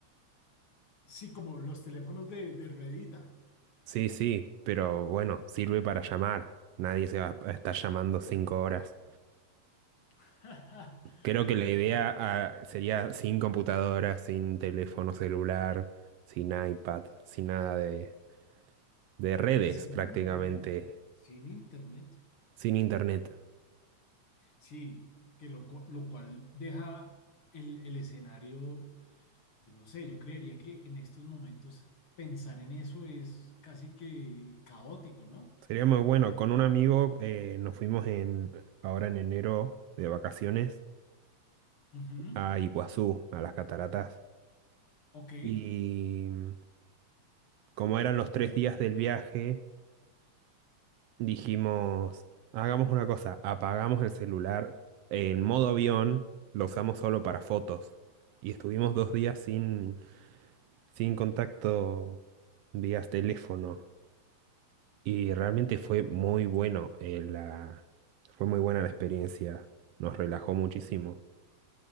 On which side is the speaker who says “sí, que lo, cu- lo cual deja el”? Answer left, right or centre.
Left